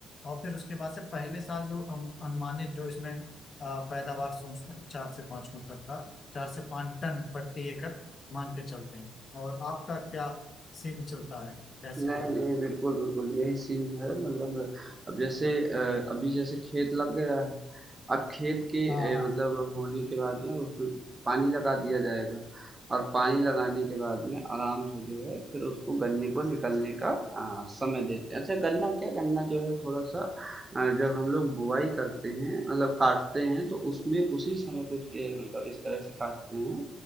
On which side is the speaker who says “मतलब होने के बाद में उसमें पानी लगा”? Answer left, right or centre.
Right